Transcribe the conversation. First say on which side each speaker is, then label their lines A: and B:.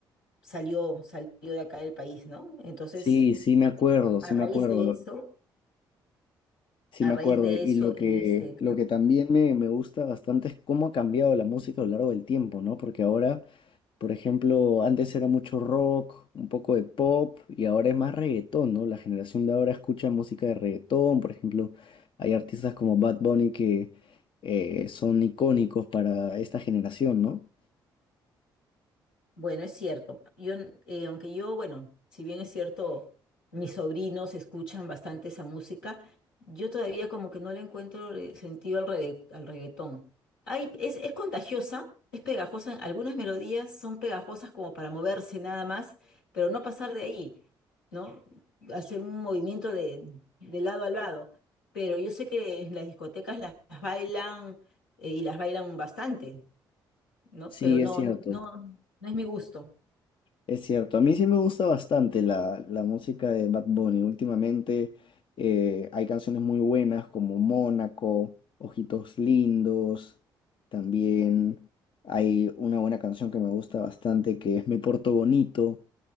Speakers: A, on the left; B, on the left.
A: salió, salió de acá del país, ¿no? Entonces,
B: Sí, sí me acuerdo,
A: a
B: sí me
A: raíz
B: acuerdo.
A: de eso,
B: Sí,
A: a
B: me
A: raíz
B: acuerdo.
A: de
B: Y
A: eso,
B: lo
A: él
B: que,
A: este,
B: lo que también me, me gusta bastante es cómo ha cambiado la música a lo largo del tiempo, ¿no? Porque ahora, por ejemplo, antes era mucho rock, un poco de pop, y ahora es más reggaetón, ¿no? La generación de ahora escucha música de reggaetón, por ejemplo, hay artistas como Bad Bunny que eh, son icónicos para esta generación, ¿no?
A: Bueno, es cierto. Yo, eh, aunque yo, bueno, si bien es cierto, mis sobrinos escuchan bastante esa música, yo todavía como que no le encuentro eh, sentido al, rede- al reggaetón. Hay, es, es contagiosa, es pegajosa, algunas melodías son pegajosas como para moverse nada más, pero no pasar de ahí, ¿no? Hacer un movimiento de, de lado a lado. Pero yo sé que en las discotecas las, las bailan eh, y las bailan bastante, ¿no?
B: Sí,
A: Pero no,
B: es cierto.
A: no, no es mi gusto.
B: Es cierto, a mí sí me gusta bastante la, la música de Bad Bunny. Últimamente eh, hay canciones muy buenas como Mónaco, Ojitos Lindos. También hay una buena canción que me gusta bastante que es Me Porto Bonito.